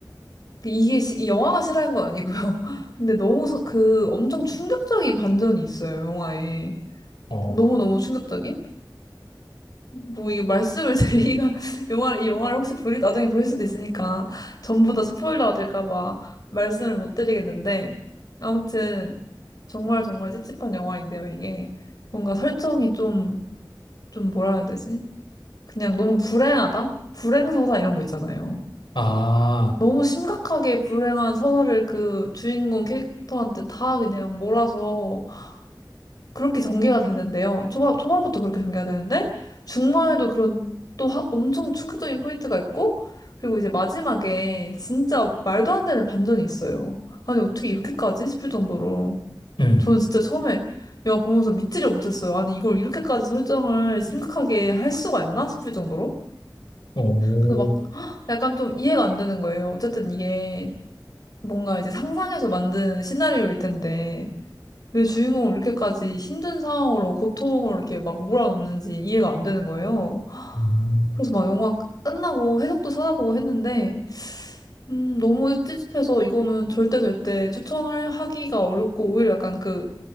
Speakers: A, on the left (about 55°); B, on the left (about 80°).
A: 그 이게 시- 이 영화가 싫어하는 건 아니고요. <laughs> 근데 너무 서- 그 엄청 충격적인 반전이 있어요, 영화에.
B: 어,
A: 너무너무
B: 그-
A: 충격적인? 뭐 이게 말씀을 드리기가 <laughs> 영화를 이 영화를 혹시 보일 나중에 보일 수도 있으니까 전부 다 스포일러가 될까 봐 말씀을 못 드리겠는데 아무튼 정말 정말 찝찝한 영화인데요 이게 뭔가 설정이 좀 좀 뭐라 해야 되지? 그냥 너무 불행하다? 불행서사 이런 거 있잖아요.
B: 아,
A: 너무 심각하게 불행한 서사를 그 주인공 캐릭터한테 다 그냥 몰아서 그렇게 전개가 되는데요. 초반, 초반부터 그렇게 전개가 되는데, 중반에도 그런 또 하- 엄청 충격적인 포인트가 있고, 그리고 이제 마지막에 진짜 말도 안 되는 반전이 있어요. 아니, 어떻게 이렇게까지? 싶을 정도로.
B: 네,
A: 저는 진짜 처음에 영화 보면서 믿지를 못했어요. 아니, 이걸 이렇게까지 설정을 심각하게 할 수가 있나? 싶을 정도로.
B: 오,
A: 그래서 막 <gasps> 헉, 약간 좀 이해가 안 되는 거예요. 어쨌든 이게 뭔가 이제 상상해서 만든 시나리오일 텐데, 왜 주인공을 이렇게까지 힘든 상황으로 고통을 이렇게 막 몰아넣는지 이해가 안 되는 거예요.
B: 음.
A: 그래서 막 영화 끝나고 해석도 찾아보고 했는데, 음, 너무 찝찝해서 이거는 절대 절대 추천하기가 어렵고, 오히려 약간 그,